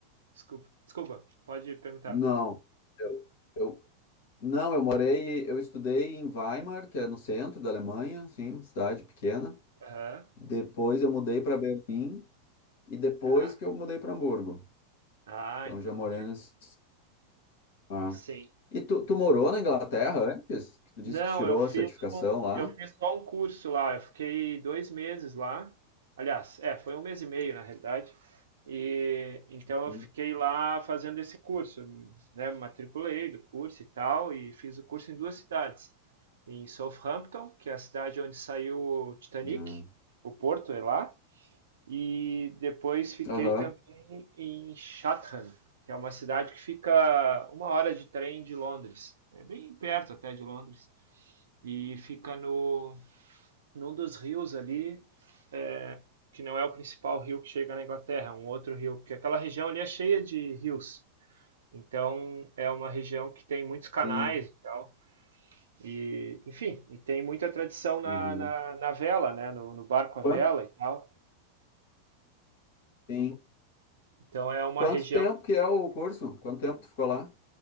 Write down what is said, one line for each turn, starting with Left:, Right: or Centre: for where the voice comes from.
Right: Desculpa, desculpa, pode perguntar.
Left: Não. Eu, eu não, eu morei, eu estudei em Weimar, que é no centro da Alemanha, assim, uma cidade pequena.
Right: Aham,
Left: Depois eu mudei para Berlim e depois
Right: tá.
Left: que eu mudei para Hamburgo.
Right: Ah,
Left: Então
Right: então
Left: eu já morei
Right: já.
Left: nesse... Ah.
Right: Sim.
Left: E tu, tu morou na Inglaterra antes? Que tu
Right: Não,
Left: disse que tirou
Right: eu fiz
Left: a certificação
Right: um,
Left: lá?
Right: eu fiz só um curso lá. Eu fiquei dois meses lá. Aliás, é, foi um mês e meio na realidade. E então eu
Left: Sim.
Right: fiquei lá fazendo esse curso, né? Me matriculei do curso e tal, e fiz o curso em duas cidades, em Southampton, que é a cidade onde saiu o Titanic,
Left: ah
Right: o Porto é lá, E depois fiquei
Left: Aham.
Right: também em Chatham, que é uma cidade que fica uma hora de trem de Londres. É bem perto até de Londres. E fica no, num dos rios ali, é, que não é o principal rio que chega na Inglaterra, é um outro rio, porque aquela região ali é cheia de rios. Então é uma região que tem muitos canais
Left: Sim.
Right: e tal. E, enfim, e tem muita tradição na,
Left: Uhum.
Right: na, na vela, né? No, no barco
Left: Quanto?
Right: à vela e tal.
Left: Sim.
Right: Então é uma
Left: Quanto
Right: região
Left: tempo que é o curso? Quanto tempo tu ficou lá?